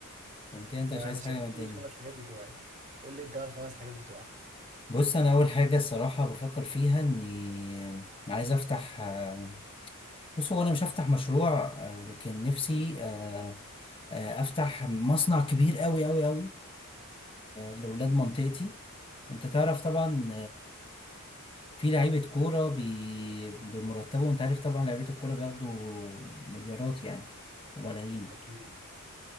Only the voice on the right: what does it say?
فانا
شايف
إن
دول الخمس حاجات بتوعي قول لي انت بقى الخمس حاجات بتوعك
اكيد